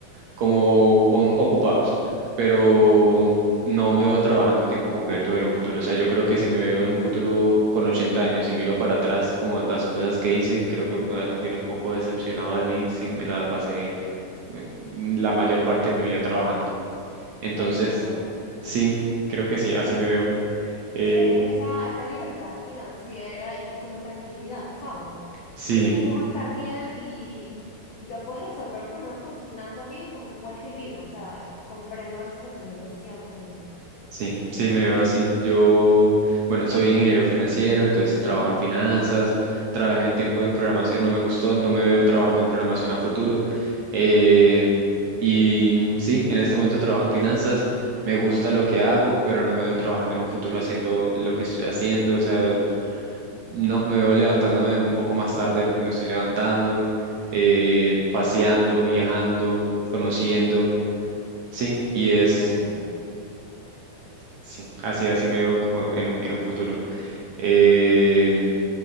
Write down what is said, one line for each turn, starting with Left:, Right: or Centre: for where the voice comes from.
Right: como con ocupados, pero no me veo trabajando tiempo completo en un futuro, o sea, yo creo que si me veo en un futuro con 80 años y miro para atrás como las cosas que hice, creo que me voy a sentir un poco decepcionado de mí si me la pasé eh, la mayor parte de mi vida trabajando. Entonces,
Left: Entiendo.
Right: Sí, creo que sí, así me veo. Eh,
Left: Quieres esa, esa libertad financiera y como tranquilidad, ¿sabes?
Right: sí,
Left: Que tú vas a estar bien y, y que puedes resolver por lo menos tus finanzas bien y como que puedes vivir. O sea, comprendo ese sentimiento cien por ciento
Right: Sí, sí, me veo así. Yo, bueno, soy ingeniero financiero, entonces trabajo en finanzas, trabajé un tiempo en programación, no me gustó, no me veo trabajando en programación a futuro. Eh, y sí, en este momento trabajo en finanzas, me gusta lo que hago, pero no me veo trabajando en un futuro haciendo lo que estoy haciendo, o sea, no, me veo levantándome un poco más tarde de lo que me estoy levantando, eh, paseando, viajando, conociendo, sí, y
Left: Entiendo.
Right: es... Sí, así, así me veo como en un, en un futuro. Eh,